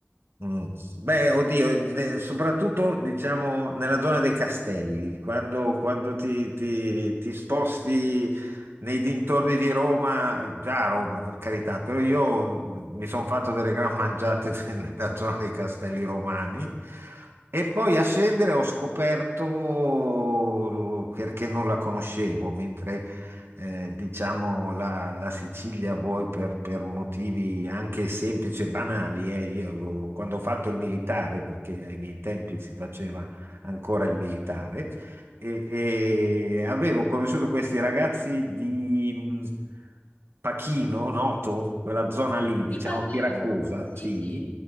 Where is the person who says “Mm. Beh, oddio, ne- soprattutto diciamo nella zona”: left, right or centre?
Right